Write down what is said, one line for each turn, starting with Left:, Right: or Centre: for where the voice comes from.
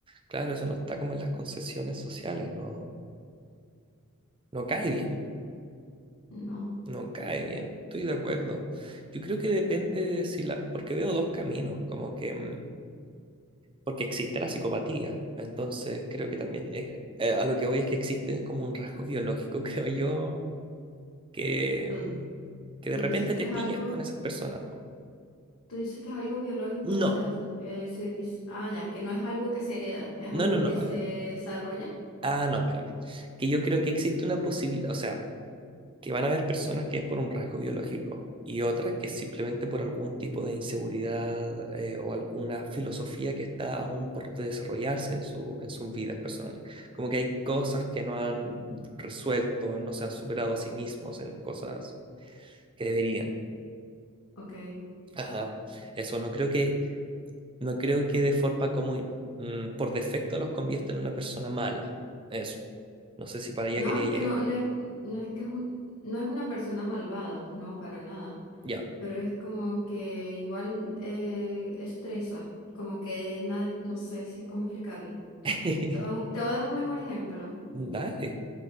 Right: claro, eso no está como en las concesiones sociales, no, no cae bien.
Left: no.
Right: No cae bien, estoy de acuerdo. Yo creo que depende de si la, porque veo dos caminos, como que, mm, porque existe la psicopatía, entonces creo que también, eh, eh, a lo que voy es que existe como un rasgo biológico, <laughs> creo yo, que,
Left: Tú,
Right: mm, que
Left: tú
Right: de repente
Left: dices que
Right: te
Left: es
Right: pillas
Left: algo,
Right: con esas personas. po.
Left: tú dices que es algo biológico, o
Right: No,
Left: sea, eh, se dice, ah, ya, que no es algo que se hereda, es
Right: no,
Left: algo
Right: no, no,
Left: que
Right: a
Left: se
Right: ver,
Left: desarrolla.
Right: ah, no, espérame, que yo creo que existe una posibilidad, o sea, que van a haber personas que es por un rasgo biológico y otras que es simplemente por algún tipo de inseguridad eh, o alguna filosofía que está aún por desarrollarse en su, en sus vidas personales. Como que hay cosas que no han resuelto, no se han superado a sí mismos en cosas que deberían.
Left: Ok.
Right: Ajá, eso no creo que, no creo que de forma como mm, por defecto los convierta en una persona mala. Eso. No sé si para allá
Left: No,
Right: quería
Left: es
Right: llegar.
Left: que no, no es, no es que es un- no es una persona malvada, no, para nada.
Right: Ya.
Left: Pero es como que igual eh, estresa, como que na- no sé si cómo explicarlo.
Right: <laughs>
Left: Te voy a te voy a dar un mejor ejemplo.
Right: Dale,